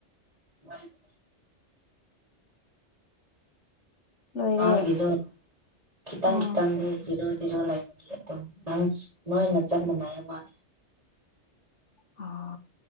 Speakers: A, on the right; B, on the left.
A: <unintelligible>
B: ꯂꯣꯏꯔꯦ
A: ꯃꯥꯒꯤꯗꯣ ꯈꯤꯇꯪ
B: ꯑꯥ
A: ꯈꯤꯇꯪꯗꯤ <unintelligible> <unintelligible> ꯂꯩꯕꯒꯤ ꯑꯗꯨꯝ ꯅꯪ ꯅꯣꯏꯅ ꯆꯞ ꯃꯥꯟꯅꯩ <unintelligible>
B: ꯑꯣ